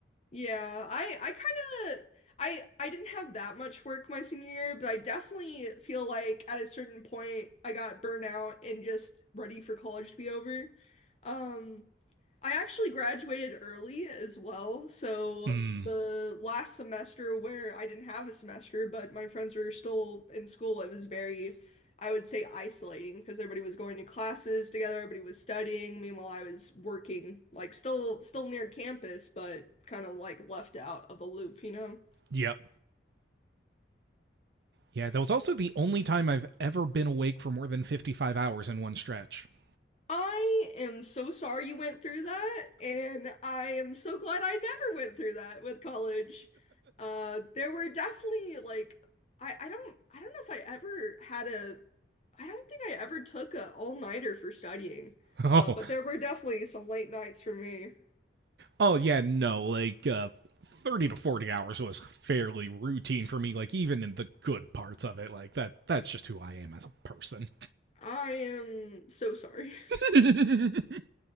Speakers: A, on the left; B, on the right.
A: Yeah, I I kind of I I didn't have that much work my senior year, but I definitely feel like at a certain point I got burnt out and just ready for college to be over. Um, I actually graduated early as well, so
B: Mm,
A: the last semester where I didn't have a semester, but my friends were still in school, it was very I would say isolating because everybody was going to classes together, everybody was studying. Meanwhile, I was working, like still still near campus, but kind of like left out of the loop, you know?
B: yep. Yeah, that was also the only time I've ever been awake for more than 55 hours in one stretch. <laughs>
A: I am so sorry you went through that, and I am so glad I never went through that with college. Uh, there were definitely like I, I don't I don't know if I ever had a I don't think I ever took a all-nighter for studying.
B: Oh,
A: Uh, but there were definitely some late nights for me.
B: oh yeah, no, like uh 30 to 40 hours was fairly routine for me, like even in the good parts of it. Like that that's just who I am as a person.
A: I am so sorry. <laughs>
B: <laughs>